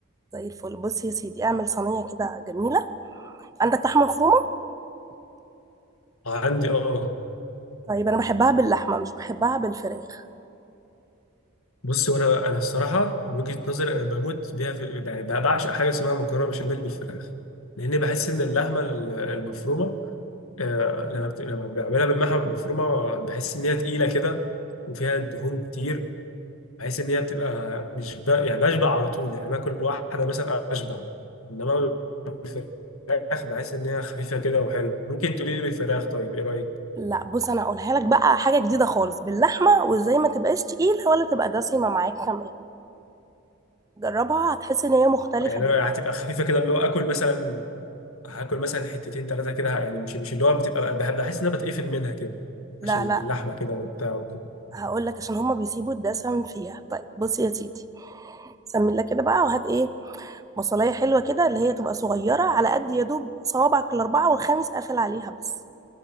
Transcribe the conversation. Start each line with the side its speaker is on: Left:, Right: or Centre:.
Right: زي الفل بص يا سيدي اعمل صينية كده جميلة عندك لحمة مفرومة
Left: عندي اه
Right: طيب انا بحبها باللحمة مش بحبها بالفراخ
Left: بصي وانا انا الصراحه وجهه نظري انا بموت بيها في يعني بعشق حاجه اسمها مكرونه بشاميل بالفراخ لان بحس ان اللحمه المفرومه آه، لما بت... لما بعملها بالمحمل المفرومه بحس ان هي تقيله كده وفيها دهون كتير بحس ان هي بتبقى مش ب... يعني بشبع على طول يعني باكل واحده مثلا اشبع انما بالفراخ بحس ان هي خفيفه كده وحلوه ممكن تقولي لي بالفراخ طيب ايه رايك
Right: لا بص انا هقولها لك بقى حاجة جديدة خالص باللحمة وازاي ما تبقاش تقيلة ولا تبقى دسمة معاك كمان جربها هتحس ان هي مختلفة
Left: يعني
Right: جدا
Left: أنا هتبقى خفيفه كده اللي هو اكل مثلا هاكل مثلا حتتين ثلاثه كده يعني مش مش اللي هو بتبقى بحب- بحس ان انا بتقفل منها كده
Right: لا
Left: عشان
Right: لا
Left: باللحمه كده وبتاع
Right: هقول لك عشان هما بيسيبوا الدسم فيها طيب بص يا سيدي سمي لك كده بقى وهات ايه بصلايه حلوه كده اللي هي تبقى صغيره على قد يا دوب صوابعك الاربعه والخامس قافل عليها بس